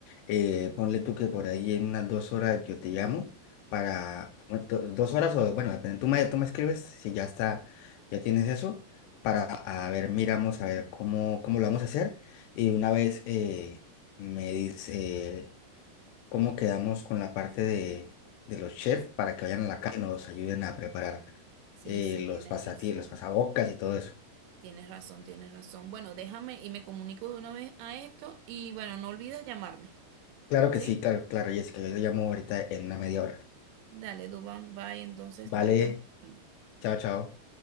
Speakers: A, on the left (about 80°); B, on the right (about 90°).
A: Eh, ponle tú que por ahí en unas dos horas yo te llamo para, bueno, do- dos horas o, bueno, depende, tú me, tú me escribes si ya está, ya tienes eso, para, a ver, miramos a ver cómo, cómo lo vamos a hacer. Y una vez eh, me dice eh, cómo quedamos con la parte de, de los chefs para que vayan a la calle y nos ayuden a preparar
B: Sí,
A: eh,
B: sí,
A: los
B: tienes
A: pasatíos,
B: razón,
A: los pasabocas y todo eso.
B: tienes razón, tienes razón. Bueno, déjame y me comunico de una vez a esto y bueno, no olvides llamarme,
A: Claro
B: ¿sí?
A: que sí, claro, claro, Jessica, yo te llamo ahorita en una media hora.
B: Dale, Dubán, bye, entonces
A: Vale,
B: estamos hablando.
A: chao, chao.